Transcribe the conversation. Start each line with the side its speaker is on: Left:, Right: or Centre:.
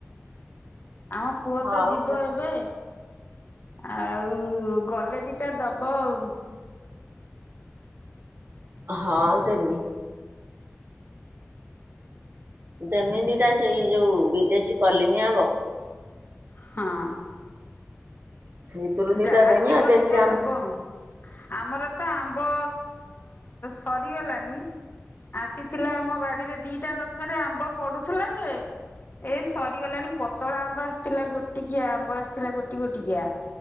Left: ଆମ ପୁଅ
Right: ହଉ
Left: ତ ଯିବ ଏବେ ଆଉ ଗଲେ ଦିଟା ଦବ ଆଉ।
Right: ହଁ ଦେମି। ଯେମିତିଟା ସେଇ ଯୋଉ ବିଦେଶୀ କଲିମି ଆମ୍ବ।
Left: ହଁ
Right: ସେଇଥିରୁ ଦିଟା
Left: ଯାହା
Right: ଦେମି
Left: ଥିବ
Right: ଆଉ ଦେଶୀ
Left: ଦିଟା
Right: ଆମ୍ବ
Left: ଦବ। ଆମର ତ ଆମ୍ବ ସରିଗଲାଣି। ଆସିଥିଲା ଆମ ବାଡିରେ ଦିଟା ଗଛରେ ଆମ୍ବ ପଡୁଥିଲା ଯେ। ଏଇ ସରିଗଲାଣି ପତଳା ଆମ୍ବ ଆସିଥିଲା ଗୋଟିକିଆ ଆମ୍ବ ଆସିଥିଲା ଗୋଟି ଗୋଟିକିଆ।